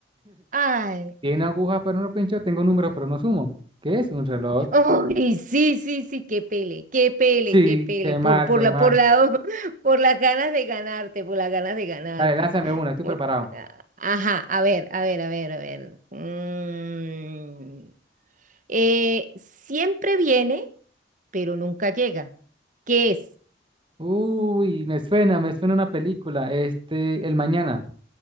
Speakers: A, on the right; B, on the right.
A: Ay,
B: Tiene agujas, pero no pincho. Tengo números, pero no sumo. ¿Qué es un reloj?
A: ay, sí, sí, sí, qué pele, qué pele,
B: Sí,
A: qué pele,
B: qué
A: por,
B: mal,
A: por
B: qué
A: la,
B: mal.
A: por la, <laughs> por las ganas de ganarte, por las ganas de ganarte.
B: Dale, lánzame una, estoy
A: Por-
B: preparado.
A: ah, ajá, a ver, a ver, a ver, a ver. Mm, eh, siempre viene, pero nunca llega. ¿Qué es?
B: Uy, me suena, me suena una película. Este, El Mañana.